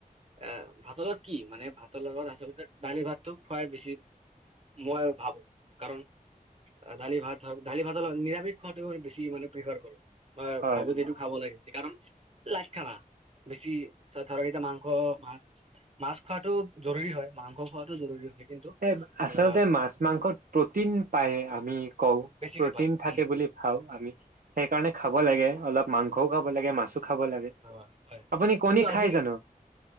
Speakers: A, on the right; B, on the right.
A: অ'- ভাতৰ লগত কি, মানে ভাতৰ লগত আচলতে দালি-ভাতটো খুৱাই বেছি মই ভাবো। কাৰণ দালি-ভাত হয়- দালি-ভাতৰ লগ- নিৰামিষ খোৱাটো ম‌ই বেছি মানে প্ৰেফাৰ কৰোঁ। মই
B: হয়
A: ভাবোঁ
B: হয়,
A: যে এইটো খাব লাগে, হৈছে কাৰণ লাইট খানা। বেছি চোৱা ধৰা, এতিয়া মাংস, মাছ- মাছ খোৱাটো জৰুৰী হয়। মাংস খোৱাটো জৰুৰী হয়। কিন্তু
B: এ, আচলতে
A: আহ
B: মাছ মাংসত প্ৰটিন পায় আমি কওঁ।
A: বেছিকে
B: প্ৰটিন
A: পায়
B: থাকে বুলি খাওঁ
A: উম,
B: আমি। সেই কাৰণে, খাব লাগে। অলপ মাং সও খাব লাগে, মাছো খাব লাগে।
A: অ'! হয়।
B: আপুনি কণী
A: কিন্তু,
B: খাই
A: আজি
B: জানো?